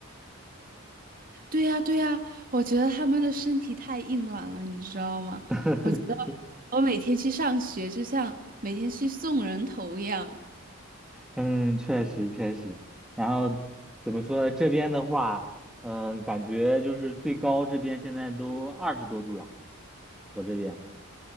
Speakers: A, on the right; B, in the centre.
A: 对呀，对呀，我觉得他们的身体太硬朗了，你知道吗？
B: <laughs>
A: 我。我每天去上学，就像每天去送人头一样。
B: 嗯，确实确实。然后怎么说呢？这边的话，嗯、感觉就是最高这边现在都二十多度了，我这边